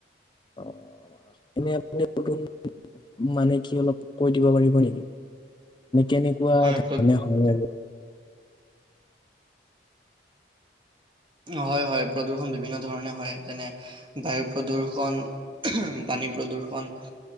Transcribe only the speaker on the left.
অ' এনে আপুনি নতুন মানে কি অলপ কৈ দিব পাৰিব নেকি? কেনেকুৱা
ধৰণে
হয় আৰু।